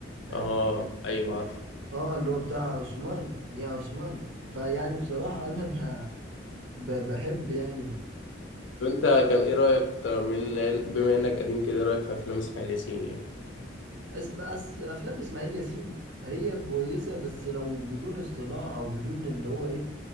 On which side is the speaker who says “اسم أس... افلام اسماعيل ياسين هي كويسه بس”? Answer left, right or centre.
Right